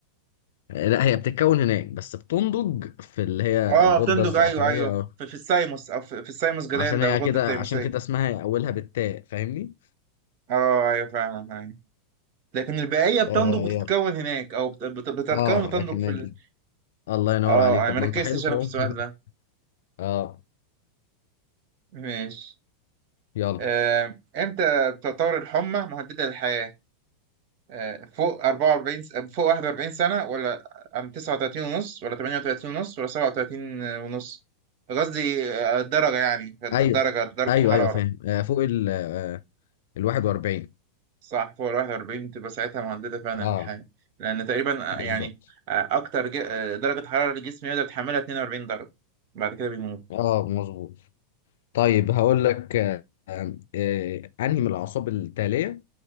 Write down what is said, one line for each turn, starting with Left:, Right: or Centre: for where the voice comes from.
Left: لا هي بتتكون هناك بس بتنضج في اللي هي
Right: اه
Left: الغدة
Right: بتندج
Left: الزعترية
Right: ايوه ايوه
Left: أو
Right: في, في الثايموس او في, في الثايموس جلاند
Left: عشان هي
Right: او الغده
Left: كده
Right: التيموسيه
Left: عشان كده اسمها أولها بالتاء فاهمني؟
Right: اه ايوه فعلا ايوه لكن البقيه بتنضج
Left: آه
Right: وتتكون
Left: يلا
Right: هناك او بت- بت- بتتكون
Left: اه
Right: وتنضج
Left: لكن
Right: في
Left: ال...
Right: ال...
Left: الله ينور
Right: اه
Left: عليك
Right: انا
Left: طب
Right: ما
Left: ما
Right: ركزتش
Left: انت حلو
Right: انا
Left: اهو
Right: في السؤال
Left: <laughs>
Right: ده
Left: اه
Right: ماشي
Left: يلا
Right: آه، امتى بتعتبر الحمى مهدده للحياه آه، فوق 44 س- فوق 41 سنة ولا عن 39 ونص ولا 38 ونص ولا 37 ونص قصدي آه، الدرجة يعني الدرجة
Left: ايوه
Right: درجة
Left: ايوه
Right: الحرارة
Left: ايوه فاهم آه، فوق ال آه، ال 41
Right: صح فوق ال 41 تبقى ساعتها مهددة فعلا
Left: اه
Right: الحياة لأن تقريبا
Left: بالظبط
Right: آه، يعني آه، أكتر ج- آه، درجة حرارة الجسم يقدر يتحملها 42 درجة بعد كده بيموت
Left: اه مظبوط طيب هقول لك آه، آه، انهي من الاعصاب التاليه